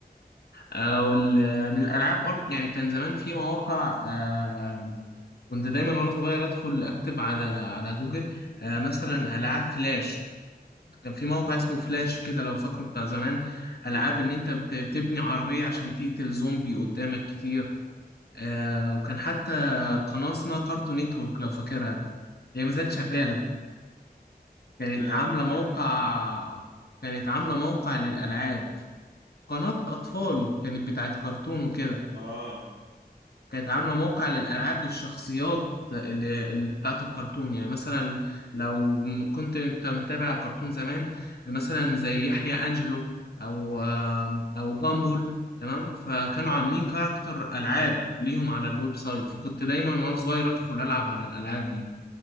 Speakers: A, on the left; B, on the right.
A: او ال- من الالعاب برضه يعني كان زمان في مواقع آه كنت دايما وانا صغير ادخل اكتب على على جوجل آه مثلا العاب فلاش كان في موقع اسمه فلاش كده لو فاكره بتاع زمان
B: لا
A: العاب ان انت بت- بتبني عربيه عشان تقتل زومبي قدامك كتير آه وكان حتى قناه اسمها كارتون نيتورك لو فاكرها هي ما زالت شغاله كانت
B: لا
A: عامله
B: مش فاكر
A: موقع
B: لا
A: كانت عامله موقع للالعاب قناة أطفال كانت بتاعت كرتون وكده
B: اه
A: كانت عاملة موقع للألعاب للشخصيات اللي, اللي بتاعت الكرتون يعني مثلا لو م- كنت أنت متابع كرتون زمان مثلا زي يحيى أنجلو أو آم، أو جامبول تمام فكانوا عاملين كاركتر ألعاب ليهم على الويب سايت فكنت دايما وأنا صغير أدخل ألعب على الألعاب دي